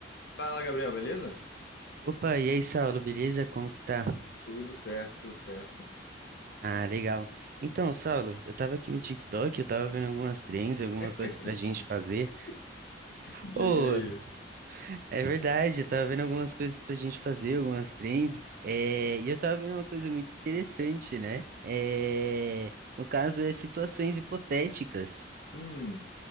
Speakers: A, on the left; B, on the right.
A: Fala, Gabriel, beleza?
B: Opa, e aí, Saulo, beleza? Como que tá?
A: Tudo certo, tudo certo.
B: Ah, legal. Então, Saulo, eu tava aqui no TikTok, eu tava vendo algumas trends, alguma coisa
A: <laughs>
B: pra gente
A: TikTok.
B: fazer.
A: Diga
B: Ô,
A: aí.
B: é verdade, eu tava vendo algumas coisas pra gente fazer, algumas trends. É, e eu tava vendo uma coisa muito interessante, né? É, no caso, é situações hipotéticas.
A: Hum,